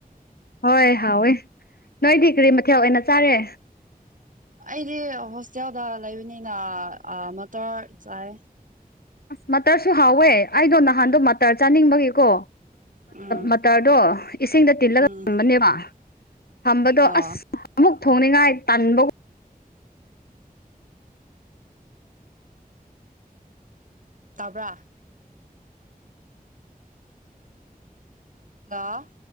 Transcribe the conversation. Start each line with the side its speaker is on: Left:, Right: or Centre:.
Left: ꯍꯣꯏ ꯍꯥꯎꯋꯦ ꯅꯣꯏꯗꯤ ꯀꯔꯤ ꯃꯊꯦꯜ ꯑꯣꯏꯅ ꯆꯥꯔꯦ
Right: ꯑꯩꯗꯤ ꯍꯣꯁꯇꯦꯜꯗ ꯂꯩꯕꯅꯤꯅ ꯃꯇꯔ ꯆꯥꯏ
Left: ꯑꯁ ꯃꯇꯔꯁꯨ ꯍꯥꯎꯋꯦ ꯑꯩꯗꯣ ꯅꯍꯥꯟꯗꯣ ꯃꯇꯔ ꯆꯥꯅꯤꯡꯕꯒꯤꯀꯣ
Right: ꯎꯝ
Left: ꯃꯇꯔꯗꯣ ꯏꯁꯤꯡꯗ ꯇꯤꯜꯂꯒ
Right: ꯎꯝ
Left: ꯊꯝꯕꯅꯦꯕ ꯊꯝꯕꯗꯣ
Right: ꯑꯥ
Left: ꯑꯁ ꯑꯃꯨꯛ ꯊꯣꯡꯅꯤꯡꯉꯥꯏ ꯇꯟꯕꯒꯨꯝ
Right: ꯇꯥꯕ꯭ꯔꯥ ꯉ <unintelligible>